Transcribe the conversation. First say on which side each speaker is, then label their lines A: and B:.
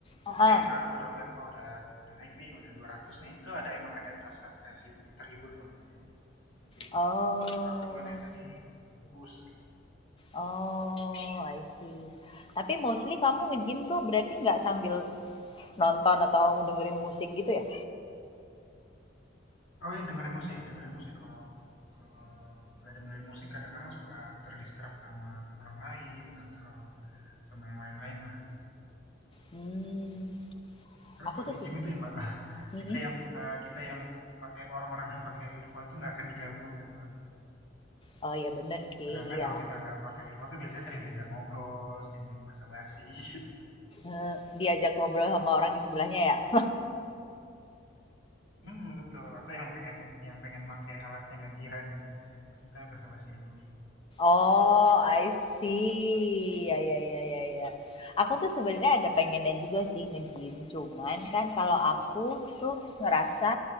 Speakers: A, on the left; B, on the left.
A: Heeh.
B: Jadi kayak misalkan aku udah ngeliat, oh udah udah naik nih, udah 200 nih, itu ada emang ada rasa kayak hib- terhibur loh. Jadi,
A: Oh.
B: workout gue dari tadi bagus. gitu.
A: Oh, I see. Tapi mostly kamu nge-gym tuh berarti nggak sambil nonton atau dengerin musik gitu ya?
B: Oh iya dengerin musik dengerin musik. Kalau kalau nggak dengerin musik kadang-kadang suka ter sama orang lain atau sama yang lain-lain lah.
A: Hmm,
B: Terus
A: aku
B: kalau
A: tuh
B: di
A: sih.
B: gym itu ya Mbak, <laughs>
A: Mhm.
B: kita yang, eee, kita yang pakai orang-orang yang pakai earphone itu nggak akan diganggu gitu loh.
A: Oh ya bener sih,
B: Sedangkan
A: iya.
B: kalau kita nggak pakai earphone tuh biasanya sering diajak ngobrol, sering di basa-basi <laughs> gitu.
A: Eh, diajak ngobrol sama orang di sebelahnya ya. <laughs>
B: Hmm betul atau yang pengen yang pengen pakai alatnya gantian gitu, terus entar basa-basi dulu.
A: Oh, I see. Ya ya ya ya ya. Aku tuh sebenarnya ada pengennya juga sih nge-gym, cuman kan kalau aku tuh ngerasa